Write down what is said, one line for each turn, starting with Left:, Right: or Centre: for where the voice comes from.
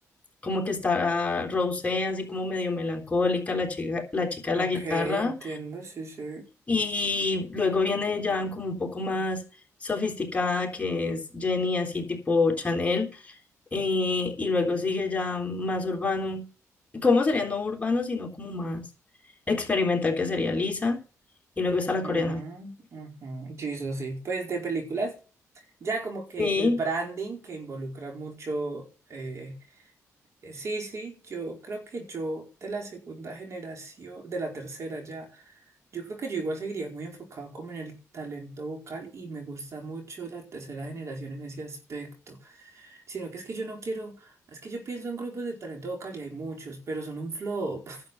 Left: como que está Rosé, así como medio melancólica, la chica, la chica de
Right: Ok,
Left: la guitarra,
Right: entiendo, sí, sí.
Left: y luego viene ya como un poco más sofisticada, que es Jenny, así tipo Chanel eh, y luego sigue ya más urbano. ¿Cómo sería no urbano, sino como más experimental, que sería Lisa? Y luego
Right: Ajá,
Left: está la coreana.
Right: ajá. Yo hizo sí. Pues de películas, ya como que
Left: Sí.
Right: el branding que involucra mucho. eh, eh, sí, sí, yo creo que yo de la segunda generación, de la tercera ya, yo creo que yo igual seguiría muy enfocado como en el talento vocal y me gusta mucho la tercera generación en ese aspecto. Sino que es que yo no quiero, es que yo pienso en grupos de talento vocal y hay muchos, pero son un flop